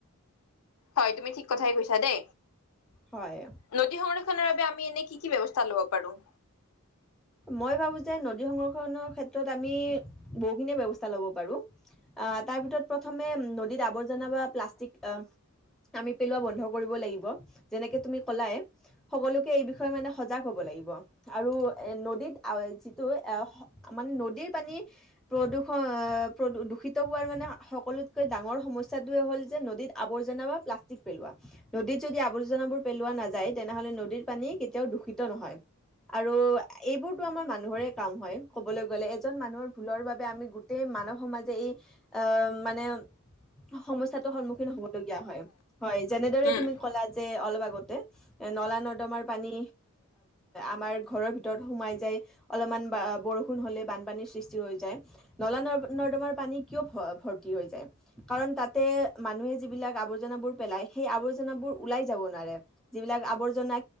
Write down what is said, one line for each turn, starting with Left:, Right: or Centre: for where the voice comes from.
Left: হয় তুমি ঠিক কথাই কৈছা দে।
Centre: হয়
Left: নদী সংৰক্ষণৰ বাবে আমি এনেক কি কি ব্যৱস্থা ল'ব পাৰো?
Centre: মই ভাবো যে নদী সংৰক্ষণৰ ক্ষেত্ৰত আমি বহুখিনিয়ে ব্যৱস্থা লব পাৰো তাৰ ভিতৰত প্ৰথমে নদীত আৱ আৱৰ্জনা বা প্লাষ্টিক অ আমি পেলোৱা বন্ধ কৰিব লাগিব যেনেকে তুমি কলাই সকলোকে এই বিষয়ে মানে সজাগ হব লাগিব আৰু এ নদীত যিটো এ মানে নদীৰ পানী প্ৰদূষণ প্ৰ দূষিত হোৱাৰ মানে সকলোতকৈ ডাঙৰ সমস্যাটোৱে হল যে নদীত আৱৰ্জনা বা প্লাষ্টিক পেলোৱা নদীত যদি আৱৰ্জনাবোৰ পেলোৱা নাযায় তেনেহলে নদীৰ পানী কেতিয়াও দূষিত নহয় আৰু এইবোৰতো আমাৰ মানুহৰে কাম হয় কবলৈ গলে এজন মানুহৰ ভুলৰ বাবে আমি গোটেই মানৱ সমাজে এই আহ মানে সমস্যাটোৰ সন্মুখীন হব লগগীয়া হয় যেনেদৰে
Left: উম
Centre: তুমি কলা যে অলপ আগতে নলা নৰ্দমাৰ পানী আমাৰ ঘৰৰ ভিতৰত সোমাই যায় অলপমান বৰষুণ হলে বানপানীৰ সৃষ্টি হৈ যায় নলা ন নৰ্দমাৰ পানী কিয় ভ ভৰ্তি হৈ যায় কাৰণ তাতে মানুহে যিবিলাক আৱৰ্জনাবোৰ পেলায় সেই আৱৰ্জনাবোৰ ওলাই যাব নোৱাৰে যিবিলাক আৱৰ্জনা